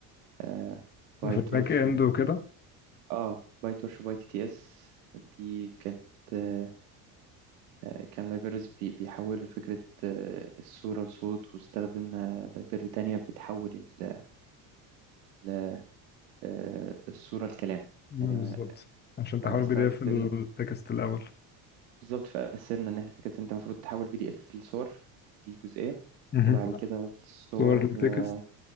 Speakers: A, on the right; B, on the left.
A: آه، باي
B: ده في الباك
A: تورش
B: اند
A: و...
B: وكده
A: اه باي تورش وباي تي تي اس دي كانت آه، آه، كان لايبرز بيحولوا فكرة آه، الصورة لصوت واستخدمنا لايبرري تانية بتحول ال- ال- آه، الصورة لكلام
B: مم،
A: يعني
B: بالظبط عشان تحول
A: آه، استخدمنا
B: بي دي اف التكست الاول
A: بالظبط فقسمنا إن احنا فكرة انت المفروض تحول بي دي اف لصور دي جزئية
B: مهم.
A: وبعد كده الصور
B: صور مظبوط
A: آه،
B: للتكست